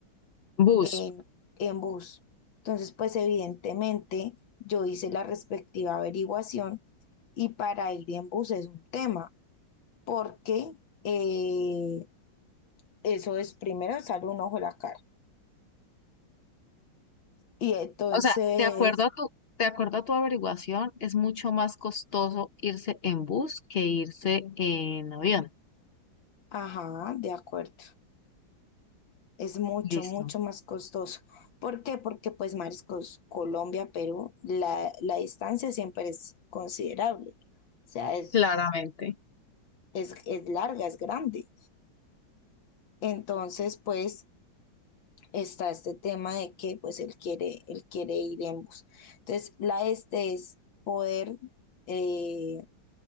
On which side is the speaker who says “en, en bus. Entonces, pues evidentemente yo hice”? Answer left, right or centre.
Left